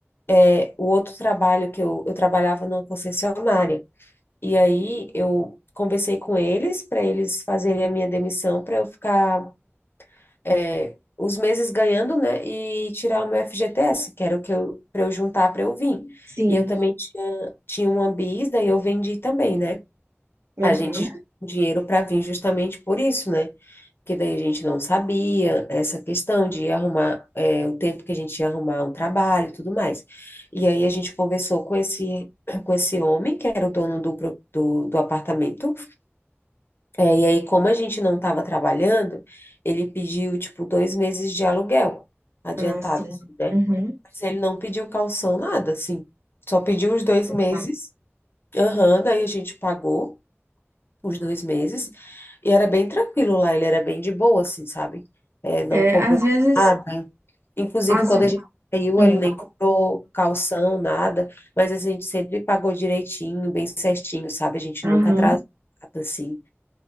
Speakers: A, on the left (about 55°); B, on the right (about 75°).
A: é, o outro trabalho que eu, eu trabalhava numa concessionária. E aí eu conversei com eles para eles fazerem a minha demissão para eu ficar é, os meses ganhando, né? E tirar o meu FGTS, que era o que eu, para eu juntar para eu vir.
B: Sim.
A: E eu também tinha, tinha uma bis, daí eu vendi também, né?
B: Aham.
A: A gente juntou um dinheiro para vir justamente por isso, né? Porque daí a gente não sabia essa questão de arrumar, é, o tempo que a gente ia arrumar um trabalho e tudo mais. E aí a gente conversou com esse, com esse homem, que era o dono do, pro- do, do apartamento, é, e aí, como a gente não estava trabalhando, ele pediu, tipo, dois meses de aluguel adiantado,
B: Ah, sim.
A: assim, né?
B: Uhum.
A: Mas ele não pediu calção, nada, assim. Só pediu os dois meses.
B: Tá.
A: Aham, daí a gente pagou os dois meses. E era bem tranquilo lá, ele era bem de boa, assim, sabe? É, não
B: É,
A: cobrou
B: às vezes,
A: nada. Inclusive,
B: às,
A: quando
B: ve-
A: a gente saiu,
B: hum,
A: ele nem cobrou calção, nada. Mas a gente sempre pagou direitinho, bem certinho, sabe? A gente
B: aham.
A: nunca atrasou, nada, assim.